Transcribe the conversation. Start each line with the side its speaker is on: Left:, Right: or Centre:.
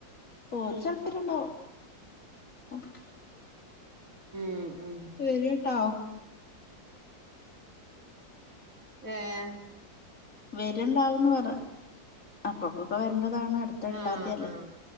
Left: ഓൽ <unintelligible>
Right: ഉം ഉം
Left: നീ വരുട്ടോ
Right: ഏഹ്
Left: വരുണ്ടാവന്ന് പറ അപ്പഴക്കൊക്കെ വരണ്ടതാണ് അടുത്ത എട്ടാംതിയല്ലേ
Right: ആഹ് ആഹ്